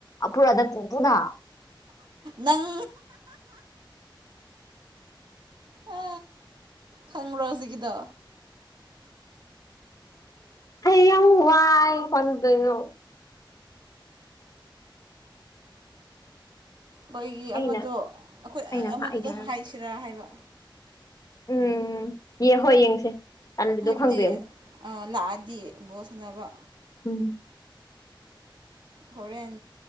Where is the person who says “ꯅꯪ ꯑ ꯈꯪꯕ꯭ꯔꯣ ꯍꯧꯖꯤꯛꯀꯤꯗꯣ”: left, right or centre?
Right